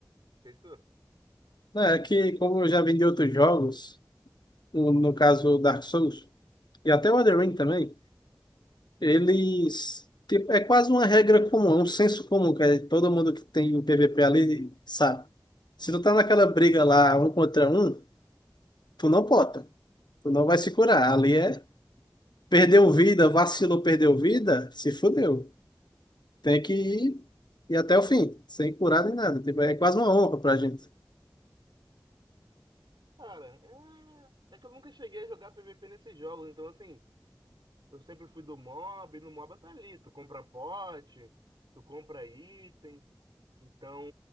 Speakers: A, on the right (about 80°); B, on the left (about 70°).
A: Não sei tu.
B: Né, É que, como eu já vi outros jogos, no no caso Dark Souls, e até o Elden Ring também, eles. Tipo, é quase uma regra comum, é um senso comum, que é todo mundo que tem PVP ali sabe. Se tu tá naquela briga lá, um contra um, tu não pota. Tu não vai se curar. Ali é Perdeu vida, vacilou, perdeu vida, se fudeu. Tem que ir, ir até o fim, sem curar nem nada. Tipo, é quase uma honra pra gente.
A: Cara, é... é que eu nunca cheguei a jogar PVP nesses jogos, então, assim, eu sempre fui do mob, e no mob tá ali, tu compra pote, tu compra item. Então,